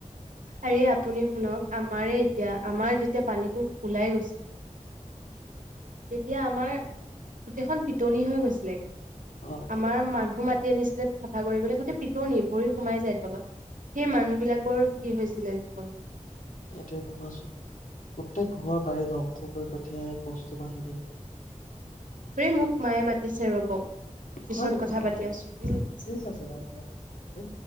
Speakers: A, on the right; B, on the left.
A: আৰে আপুনি শুনক আমাৰে এতিয়া আমাৰ যেতিয়া পানীটো ওলাই গৈছিলে তেতিয়া আমাৰ গোটেইখন পিটনি হৈ গৈছিলেে
B: অ
A: আমাৰ মানুহ মা গোট নিচেপ চাফা কৰিবলৈ গোটেই পিটনী ভৰি সোমাই যায় তলত সেই মানুহ বিলাকৰ কি হৈছিলে জীৱন
B: সেইটোৱে ভাবাচোন প্ৰত্যেক ঘৰৰ বাৰীত ধ্বংস কৰি পঠিয়াই বস্তু বাহিনী
A: হুৰি মোক মায়ে মাতিছে ৰব পিছত
B: হয় নেকি
A: কথা
B: বাৰু
A: পাতি আছোঁ
B: থিক আছে দিয়া